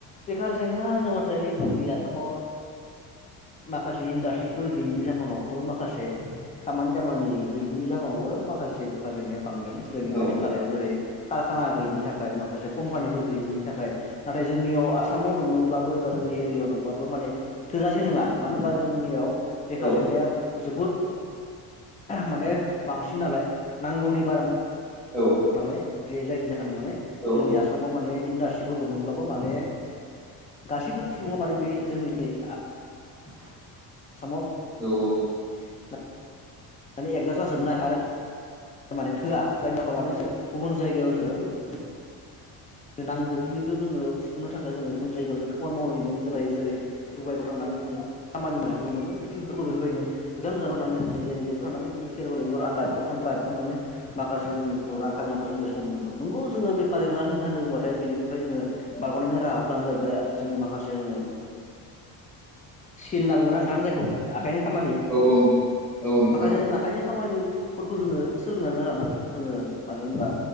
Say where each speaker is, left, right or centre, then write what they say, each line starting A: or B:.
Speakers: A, on the left; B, in the centre.
A: बेखार जेंना होनोब्लाथाय जोंनि आसामाव माखासे इन्डास्ट्रिफोर गैयैनि जाहोनाव माखासे खामानि दामानि गैयिनि जाहोनावबो माखासे बेखार जोंनाया बांदों जोंनि
B: औ
A: खाथि खालायाव जेरै कारखाना गैयिनि थाखाय माखासे कम्पानिफोर गैयिनि थाखाय नाथाय जोंनियाव आसामाव दंमोनब्लाबो एबा जोंनि एरियायाव दंब्लाबो माने थोजासे नङा मानो होनबा जोंनियाव बेखार
B: औ
A: जेंनाया जोबोद माने बांसिन नालाय नांगौनि बारा
B: औ
A: मालाय बे जायनि जाहोन माने
B: औ उम,
A: जोंनि आसाम आसामाव माने इन्डास्ट्रिफोर दंमोनब्लाबो माने गासिबो सुबुङा माने बे जोंनि <unintelligible> आसामाव
B: औ औ
A: <unintelligible> मानि एकजास जाजोबनोबनाय हाया आरो माने थोआ जायनि जाहोनाव माने जों गुबुन जायगायाव जों नांगौखिनिखौ जोङो सुफुंनो थाखाय जोङो गुबुन जायगायाव जों खामानि मावहैनो गोनां जायो जेरै दडुबाइफ्राव थांनानै जोङो खामानि मावनायखौ नुनो मोनो बेफोरखौ बेफोरबायदिनो गोजान गोजान थांनानै इणडियानि गेजेरावनानै केरेला बेंगालुरु आन्दा आद्राफोरव थांनानै माखासे जोंखौ रां खामायनायखौ जों बेथन मोनदों नंगौ जोङो बेखार जेंना होन होनना बुंबाथाय बेनिफ्राय जोङो बारग'नायनि राहाफोरानो जाहैबाय जोङो माखासे जोङो स्किल होनना बुंङो नोंथां जायखौ आखाइनि खामानि
B: औ औ औ नोंथां
A: माखासे
B: औ
A: जों आखाइनि खामानि फोरखौ जोङो सोलोंनानै लानांगौ जोङो मानो होनबा